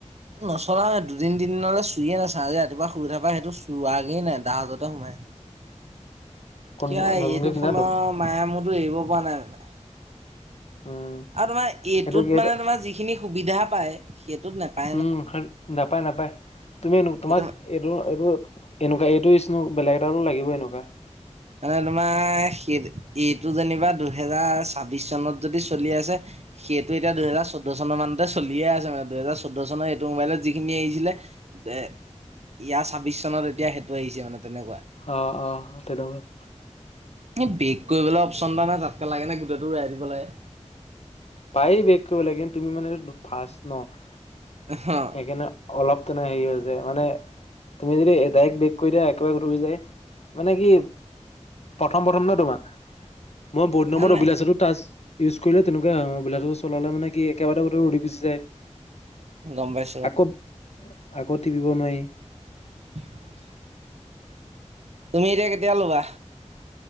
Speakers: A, on the right; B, on the left.
A: নচলাৱে। দুদিন-তিনদিনলৈ চুইয়ে নাচাওঁ। আজি ৰাতিপুৱা শুই উঠা পৰা সেইটো চোৱাগে নাই। ডাৰাজতে সোমাই
B: কোন
A: কিবা,
B: নতুনকে
A: এইটো
B: কিনাটো
A: ফোনৰ মায়া-মোহটো এৰিব পৰা নাই, মানে।
B: উম
A: আৰু তোমাৰ, এইটোত
B: সেইটো কি সেইটো
A: মানে, তোমাৰ যিখিনি সুবিধা পায়, সেইটোত নাপায়।
B: উম, সেই নাপায়-নাপায়। তুমি, তোমাক
A: সেইটো
B: এইটো, এইটো এনেকুৱা, এইটো <unintelligible> বেলেগ এটা হ'লেও লাগিবই এনেকুৱা।
A: মানে তোমাৰ সেই, এইটো যেনিবা দুহেজাৰ ছাব্বিশ চনত যদি চলি আছে, সেইটো এতিয়া, দুহেজাৰ চৈধ্য চন মানতে চলিয়ে আছে, মানে। দুহেজাৰ চৈধ্য চনৰ এইটো মোবাইলত যি খিনি আহিছিলে। এ, ইয়াৰ ছাব্বিশ চনত এতিয়া, সেইটো আহিছে মানে, তেনেকুৱা।
B: অ' অ'! তেনেকুৱা।
A: এই বেক কৰিবলৈ অপশ্যন এটা নাই, তাতকৈ লাগেনে, গোটেইটো ওৰাই দিব লাগে।
B: পাৰি বেক কৰিবলৈ। কিন্তু, তুমি মানেটো ফাৰ্ষ্ট ন'।
A: অ'হ'!
B: সেইকাৰণে, অলপ তেনে সেৰি হৈছে। মানে, তুমি যদি ডাইৰেক্ট বেক কৰি দিয়া, একেবাৰে <unintelligible> যায়। মানে কি, প্ৰথম-প্ৰথম ন' তোমাৰ? মই বহুত
A: সেইকাৰণে
B: দিনৰ মূৰত অভিলাইছিলো। টাচ ইউজ কৰিলে, তেনেকুৱা হয়। অভিলাছটো চলালে মানে কি, একেবাৰে গোটেইটো উৰি গুচি যায়।
A: গম পাই
B: আকৌ, আকৌ টিপিব নোৱাৰি।
A: <inaudible> তুমি এতিয়া, কেতিয়া ল'বা?